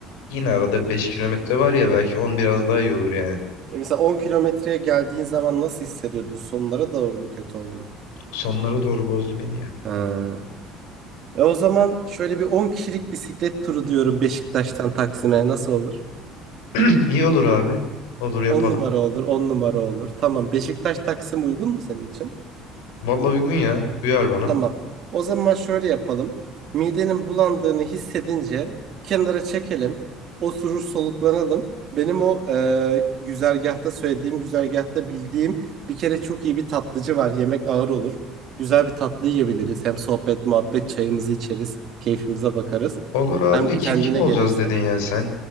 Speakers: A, on the left (about 90°); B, on the right (about 45°).
A: Yine arada 5 kilometre var ya belki 10 biraz daha iyi olur yani.
B: e mesela 10 kilometreye geldiğin zaman nasıl hissediyordun? Sonlara doğru mu kötü oldun?
A: Sonlara doğru bozdu beni ya.
B: Ha. E o zaman şöyle bir 10 kişilik bisiklet turu diyorum Beşiktaş'tan Taksim'e nasıl olur?
A: <clears throat> İyi olur abi. Olur yapalım.
B: 10 numara olur, 10 numara olur. Tamam Beşiktaş Taksim uygun mu senin için?
A: Vallahi uygun ya. Uyar bana.
B: Tamam. O zaman şöyle yapalım. Midenin bulandığını hissedince kenara çekelim. Oturur soluklanalım. Benim o e, güzergahta söylediğim güzergahta bildiğim bir kere çok iyi bir tatlıcı var. Yemek ağır olur. Güzel bir tatlı yiyebiliriz. Hem sohbet, muhabbet, çayımızı içeriz. Keyfimize bakarız.
A: Olur abi
B: Hem
A: de
B: kendine
A: kim kim olacağız
B: gelirsin.
A: dedin ya sen.